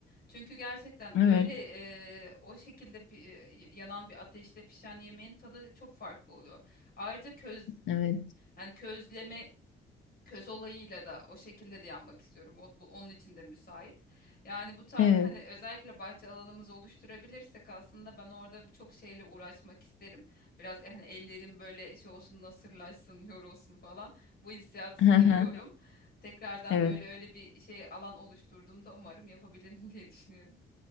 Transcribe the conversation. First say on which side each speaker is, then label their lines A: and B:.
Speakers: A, on the left; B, on the left.
A: Çünkü gerçekten
B: Evet,
A: öyle e, o şekilde bir, e, yanan bir ateşte pişen yemeğin tadı çok farklı oluyor. Ayrıca köz
B: evet,
A: yani közleme köz olayıyla da o şekilde de yapmak istiyorum. O, bu, onun için de müsait. Yani bu tarz
B: evet.
A: hani özellikle bahçe alanımızı oluşturabilirsek aslında ben orada birçok şeyle uğraşmak isterim. Biraz e, hani ellerim böyle şey olsun nasırlaşsın, <laughs> yorulsun falan. Bu hissiyatı
B: <laughs>
A: seviyorum. Tekrardan
B: Evet.
A: böyle öyle bir şey alan oluşturduğumda umarım yapabilirim <laughs> diye düşünüyorum.